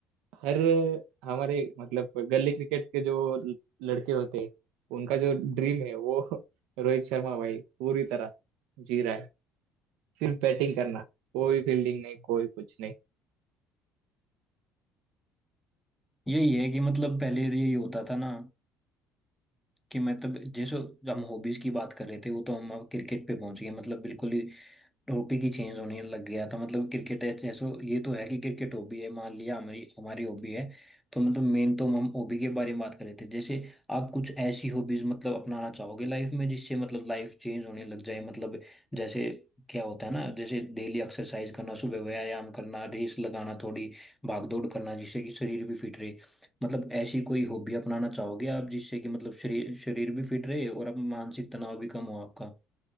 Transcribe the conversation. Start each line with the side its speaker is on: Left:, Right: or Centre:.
Right: हर हमारे मतलब गली क्रिकेट के जो ल- लड़के होते हैं उनका जो ड्रीम है वो <laughs> रोहित शर्मा भाई पूरी तरह जी रहा है सिर्फ बैटिंग करना कोई फील्डिंग नहीं कोई कुछ नहीं
Centre: यही है कि मतलब पहले तो यही होता था ना कि मतलब जैसे हम हॉबीज की बात कर रहे थे वो तो हम अब क्रिकेट पे पहुंच गए मतलब बिल्कुल ही हॉबी की चेंज होने लग गया था मतलब क्रिकेट है जैसे ये तो है कि क्रिकेट हॉबी है मान लिया हमारी हमारी हॉबी है तो मतलब मेन तो हम हॉबी के बारे में बात कर रहे थे जैसे आप कुछ ऐसी हॉबीज मतलब अपनाना चाहोगे लाइफ में जिससे मतलब लाइफ चेंज होने लग जाए मतलब जैसे क्या होता है ना जैसे डेली एक्सरसाइज करना सुबह व्यायाम करना रेस लगाना थोड़ी भाग दौड़ करना जिससे कि शरीर भी फिट रहे मतलब ऐसी कोई हॉबी अपनाना चाहोगे आप जिससे कि मतलब शरीर शरीर भी फिट रहे और आप मानसिक तनाव भी कम हो आपका